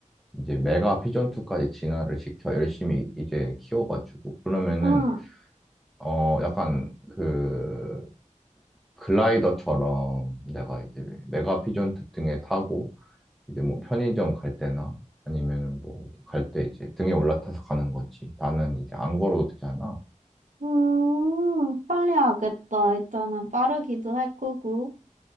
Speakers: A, in the centre; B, on the right.
A: 이제 메가 피존2까지 진화를 시켜 열심히 이제 키워가지고 그러면은
B: 응,
A: 어 약간 그 글라이더처럼 내가 이제 메가 피존2 등에 타고 이제 뭐 편의점 갈 때나 아니면은 뭐 갈 때 이제 등에 올라타서 가는 거지 나는 이제 안 걸어도 되잖아
B: 음. 편리하겠다. 일단은 빠르기도 할 거고.